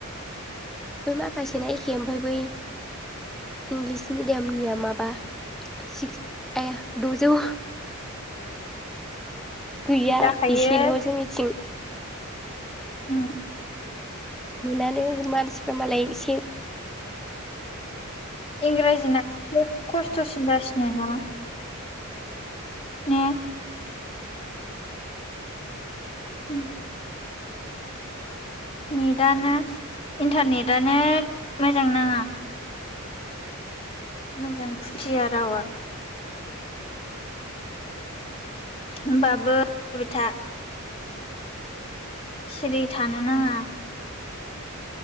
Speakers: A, in the centre; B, on the left.
A: बै माखासेना एखे ओमफ्राय बै इंलिस मिडियामनिया माबा सिकस आइया दजौ गैया
B: जाखायो
A: एसेल' जोंनिथिं
B: उम
A: मोनानो मानसिफ्रा मालाय एसे
B: इंराजि ना बे खस्थ'सिन जासिनो ना ने उम नेटानो इन्टारनेटानो मोजां नाङा मोजां फुथिया रावा होनोमबाबो रायलायबायथा सिरि थानो नाङा